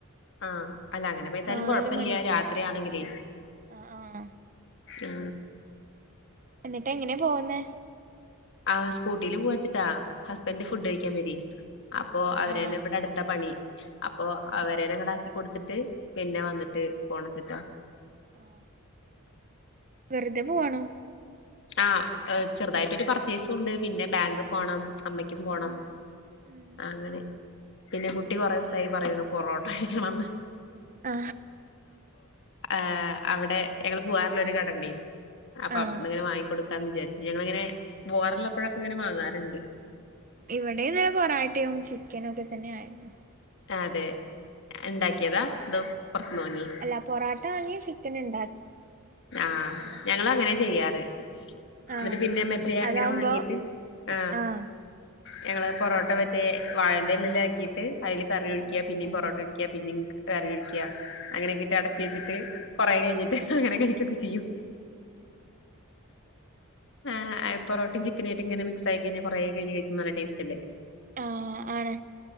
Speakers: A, on the left; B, on the right.
A: ആ അല്ല
B: ഒരു
A: അങ്ങനെ പെയ്താലും
B: നാല്
A: കൊഴപ്പല്ല
B: മണിക്ക്
A: രാത്രിയാണെങ്കിലെ
B: ഉം ആഹ് ആഹ്
A: ആ
B: എന്നിട്ട് എങ്ങനെ പോവുന്നെ
A: ആ സ്കൂട്ടിയില് പോവച്ട്ട ഹസ്ബന്റ് ഫുഡ്
B: ആഹ്
A: കഴിക്കാൻ വര് അപ്പൊ
B: ആഹ്
A: അവരെന്നെ
B: ആഹ്
A: ഇബ്ടെ അട്ത്ത പണി അപ്പൊ
B: ഉം
A: അവരെന്നെ ഇങ്ങട്ട് ആക്കി കൊട്ത്ത് ട്ട് പിന്നെ വന്നിട്ട് പോണെച്ച്ട്ട
B: ആഹ് വെറുതെ പോവാണോ
A: ആ അ ആ അ ചെർതായിട്ടൊരു പർച്ചേസു ഉണ്ട് പിന്നെ ബാങ്ക് പോണം അമ്മയ്ക്കും പോണം
B: ഉം ഉം
A: അങ്ങനെ പിന്നെ കുട്ടി കൊറേസായി പറയുന്നു പൊറോട്ട കഴിക്കണെന്ന്
B: ആ
A: ആ അവിടെ ഞങ്ങള് പോവാറ്ള്ളെര് കട ഇണ്ട് അപ്പൊ
B: ആഹ്
A: അവിട്‌ന്ന്ങ്ങനെ വാങ്ങിക്കൊട് ക്കാന്ന് വിചാരി നങ്ങളിങ്ങനെ ബോറ്ള്ളപ്പയൊക്കെ ഇങ്ങനെ വാങ്ങാ രണ്ട്
B: ഇവിടെന്ന് പൊറോട്ടയും ചിക്കനു ഒക്കെ തന്നെ ആയിര്ന്നു
A: അതെ ഇണ്ടാക്കിയതാ അതോ പൊറത്തിന്ന്
B: ആഹ്
A: വാങ്ങി
B: അല്ല പൊറോട്ട വാങ്ങി ചിക്കൻ ഇണ്ടാക്കി
A: ആ
B: അല്ല
A: ഞങ്ങള് അങ്ങനെ ചെയ്യ യ്യാറ്
B: ആഹ്
A: ന്നിട്ട് പിന്നെ മറ്റേ അങ്ങനെ
B: അതാവുമ്പോ
A: വാങ്ങീട്ട് ആ
B: ആഹ്
A: ഞങ്ങള് പൊറോട്ട മറ്റെ വാഴന്റെ എലലാക്കിയിട്ട് അയില് കറി ഒഴിക്ക്
B: ആഹ്
A: പിന്നെം
B: ആഹ്
A: പൊറോട്ട വെക്ക് പിന്നെം ക് കറി ഒഴിക്ക് അങ്ങനെക്കിട്ട് അട ചേച്ച്ട്ട് കൊറെ കഴിഞ്ഞിട്ട്
B: ആഹ് ആഹ്
A: അങ്ങനെ കഴി ക്കെ ചെയ്യും ആ അയ് പൊറേട്ടെ ചിക്കന് ആയിട്ട് ഇങ്ങനെ മിക്സ് ആയി കഴിഞ്ഞ കൊറേ കഴിഞ്ഞ് കഴിക്കുമ്പ നല്ല ടേസ്റ്റ് അല്ലെ
B: ആ ആണ്